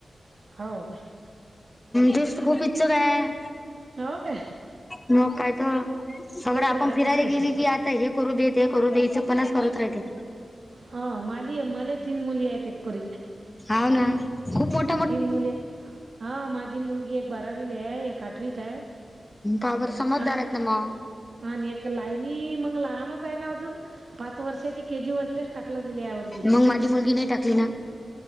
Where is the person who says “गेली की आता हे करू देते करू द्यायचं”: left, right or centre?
Left